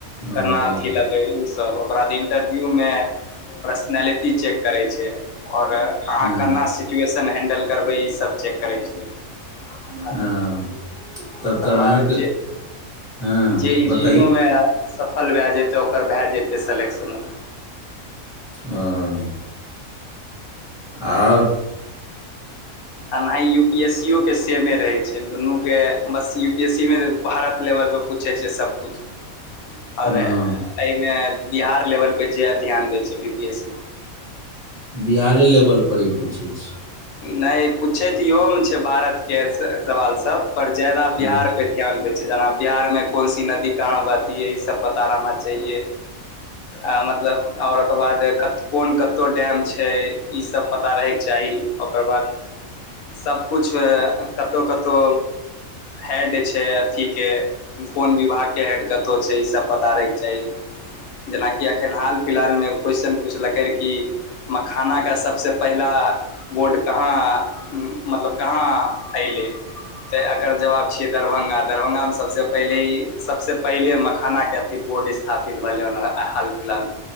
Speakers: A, on the left (about 85°); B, in the centre.
A: केना
B: ओ
A: अथी लेगै उसब, ओकर बाद इंटरव्यूमे पर्सनैलिटी चेक करै छै। अओर अहाँ
B: हँ
A: केना सिचुएशन हैंडल करबै, ईसब चेक करै छै। आ
B: हँ
A: जों
B: तब
A: ओकर
B: तऽ अहाँके
A: बाद जे,
B: हँ
A: जे ई
B: बताइ
A: तिनोमे सफल भए जेतै, ओकर भए जेतै सलेक्शनो।
B: हँ आउ
A: एनाहि यू पी एस सी ओ के सेमे रहै छै, दुनू के बस यू बेसी में भारत लेवलपर पूछै छै सबकुछ।
B: हँ
A: औरे एहिमे बिहार लेवलपर ज्यादा ध्यान दै छै बी पी एस सी।
B: बिहारे लेवलपर ई पूछै छै।
A: नहि पूछै तऽ इहोमे छै भारतके सवाल सब, पर फंसे ज्यादा
B: हँ
A: बिहार
B: हँ
A: पे ध्यान दै छै, जेना बिहारमे कोनसी नदी कहाँ बहति है, ई सब पता रहना चाहिए। आ मतलब और ओकर बाद कत कोन कतौ डैम छै, ईसब पता रहयके चाही। ओकर बाद सबकुछ कतौ-कतौ हैड छै अथीके कोन विभाग के हेड कतो छै, ईसब पता रहयके चाही। जेनाकि एखन हाल-फिल्हाल में एगो क्वेशचन पुछलकैर कि मखाना का सबसे पहिला बोर्ड कहाँ मतलब कहाँ अएलै। तऽ एकर जवाब छियै दरभंगा, दरभंगा में सबसे पहिले ई सबसे पहिले मखाना के ई बोर्ड स्थापित भेलै, हं ओनहर हाल-फिल्हाल